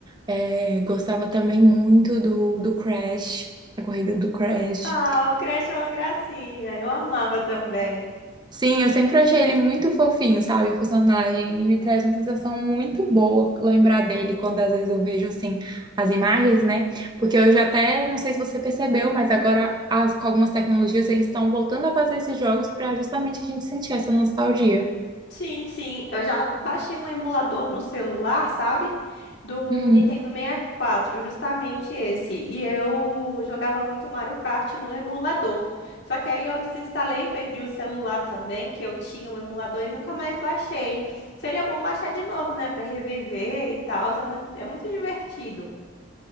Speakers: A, on the right; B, on the left.
A: É, gostava também muito do, do Crash, a corrida do Crash.
B: Ah, o Crash é uma gracinha. Eu amava também.
A: Sim, eu sempre achei ele muito fofinho, sabe, o personagem, e me traz uma sensação muito boa lembrar dele quando às vezes eu vejo, assim, as imagens, né? Porque hoje até, não sei se você percebeu, mas agora as, com algumas tecnologias eles estão voltando a fazer esses jogos para justamente a gente sentir essa nostalgia.
B: Sim, sim. Eu já baixei um emulador no celular, sabe? Do
A: Uhum.
B: Nintendo 64, justamente esse. E eu jogava muito Mario Kart no emulador. Só que aí eu desinstalei, perdi o celular também, que eu tinha o emulador e nunca mais baixei. Seria bom baixar de novo, né? Pra reviver e tal. É, mu- é muito divertido.